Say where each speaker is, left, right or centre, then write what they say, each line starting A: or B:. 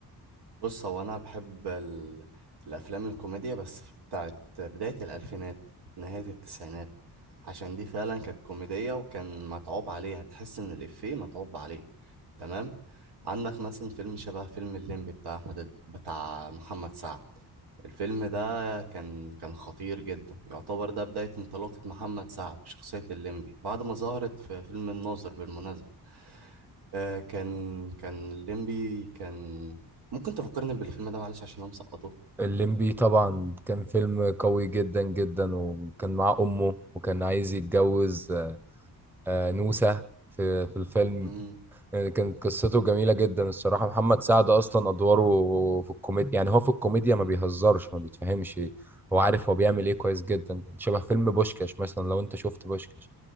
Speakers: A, on the right (about 80°); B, in the centre.
A: بص هو انا بحب ال... الافلام الكوميديا بس بتاعت بداية الالفينات نهاية التسعينات عشان دي فعلا كانت كوميدية وكان متعوب عليها تحس ان الافيه متعوب عليه تمام عندك مثلا فيلم شبه فيلم الليمبي بتاع احمد بتاع محمد سعد الفيلم ده كان كان خطير جدا يعتبر ده بداية انطلاقة محمد سعد بشخصية الليمبي بعد ما ظهرت في فيلم الناظر بالمناسبة آه كان كان الليمبي كان ممكن تفكرني بالفيلم ده معلش عشان انا مسقطه
B: الليمبي طبعا كان فيلم قوي جدا جدا وكان معاه امه وكان عايز يتجوز آه، آه، نوسة في في الفيلم
A: امم
B: يعني كانت قصته جميلة جدا الصراحة محمد سعد أصلا أدواره في الكوميديا يعني هو في الكوميديا ما بيهزرش ما بيتفهمش هو عارف هو بيعمل إيه كويس جدا شبه فيلم بوشكاش مثلا لو أنت شفت بوشكاش